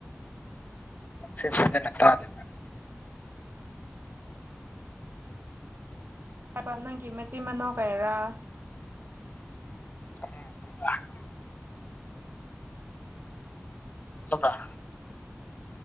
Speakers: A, on the left; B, on the right.
A: ꯁꯦ ꯐꯖꯅ ꯇꯗꯦꯕ
B: ꯍꯥꯏꯕ ꯅꯪꯒꯤ ꯃꯆꯤꯟ ꯃꯅꯥꯎ ꯀꯌꯥꯔꯥ
A: ꯑꯍꯨꯝ ꯇꯔ <unintelligible> ꯂꯣꯕꯔꯥ